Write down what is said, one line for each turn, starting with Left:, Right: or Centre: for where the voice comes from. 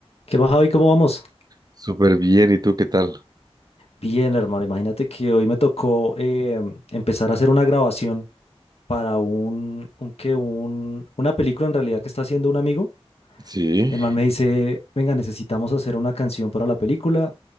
Left: ¿Qué más, Javi? ¿Cómo vamos?
Right: Súper bien, ¿y tú qué tal?
Left: Bien, hermano. Imagínate que hoy me tocó eh, empezar a hacer una grabación para un, un que un, una película en realidad que está haciendo un amigo.
Right: Sí,
Left: El man me dice, venga, necesitamos hacer una canción para la película.